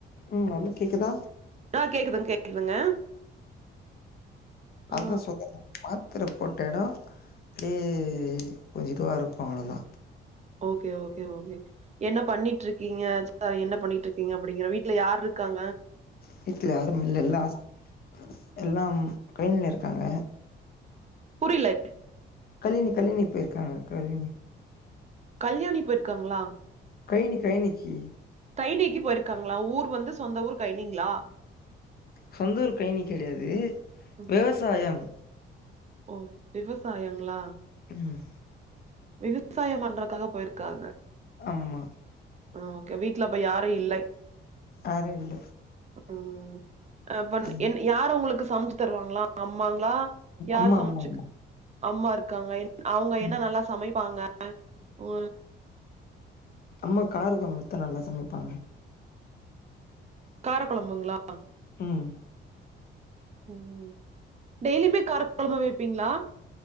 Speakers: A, on the left (about 50°); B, on the right (about 35°).
A: ம் ஹலோ கேக்குதா
B: ஆஹ் கேக்குதுங் கேக்குதுங்க
A: அதான்
B: ஆ
A: சொ <unintelligible> ரிப்போர்ட்டேடம் அப்படியே கொஞ்சிதுவாக இருக்கும் அவ்ளோதான்
B: ஓகே ஓகே என்ன பண்ணிட்டுருக் கீங்க அ என்ன பண்ணிட்டு இருக்கீங்க அப்படிங்கிற வீட்டுல யாருக்காங்க
A: வீட்ல யாருமில்ல எல்லாம் ஹாஸ் எல்லாம் ட்ரைன்லருக் காங்க
B: இல்லை
A: கலினி கலினி போயிருக்காங்க கலினி
B: கல்யாணி போயிருக்காங்களா
A: கையினி கையினிக்கி
B: தையினிக்கு போயிருக்காங்களா ஊர் வந்து சொந்த ஊர் கைய்னிங்ளா
A: சொந்தூரு கையினி கிடையாது
B: ம்.
A: விவசாயம்
B: ஓ விவசாயங்களா
A: ம்
B: விவசாயம் பண்றக்காக போயிருக்காங்க
A: ஆமா
B: ஆஹ் ஓகே வீட்டுலப்போ யாரு இல்லை
A: வேற இல்ல
B: உம் அப்ப
A: ம்
B: என் யார உங்களுக்கு சமச்சிப் தருவாங்களா அம்மாங்களா யார்
A: அம்மா
B: சமைச்சு
A: அம்மா அம்மா
B: அம்மா இருக்காங்க என் அவங்க
A: ம்
B: என்ன நல்லா சமைப்பாங்க உ
A: அம்மா காரக்குழம்பு மொத்தோ நல்லா சமைப்பாங்க
B: காரக்கொழம்புங்களா
A: உம்
B: உம் டெய்லியுமே காரக்கொழம்பு வைப்பீங்களா